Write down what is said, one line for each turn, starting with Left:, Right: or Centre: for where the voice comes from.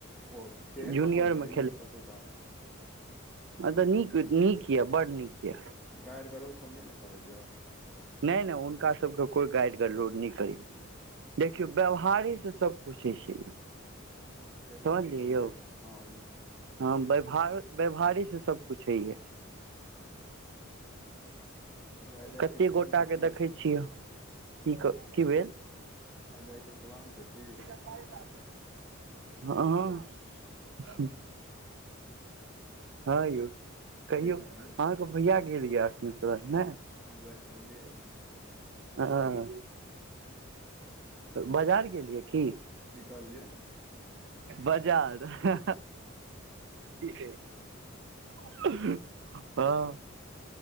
Centre: ओ केहन
Right: जूनियरमे
Centre: माहौल रहैए ओतुका?
Right: अद नीक नीक यए बड नीक यए।
Centre: गाइर गरोर सब नहि ने करैया?
Right: नहि नहि हुनका सबके कोइ गाइर गरोड नहि करी देखियौ व्यवहारे से सब पुछै छै।
Centre: हँ से बात
Right: समझलियै
Centre: तऽ छेबे
Right: यौ
Centre: कयल हँ यौ।
Right: हँ व्यहार व्यवहारी से सब कुछु हइ ये।
Centre: तब आइ जायके
Right: कते
Centre: प्लान
Right: गोटाके
Centre: छै की
Right: देखै छियै की कह की भेल?
Centre: आइ जायके प्लान छै की?
Right: हँ हँ हँ यौ कहियौ?
Centre: की कहलियै
Right: अहाँके भैया गेल य अखन त ने?
Centre: हँ देखलियै।
Right: ह बाजार गेलियै की?
Centre: की कहलियै
Right: बाजार हँहँह ई छै <inaudible> हँ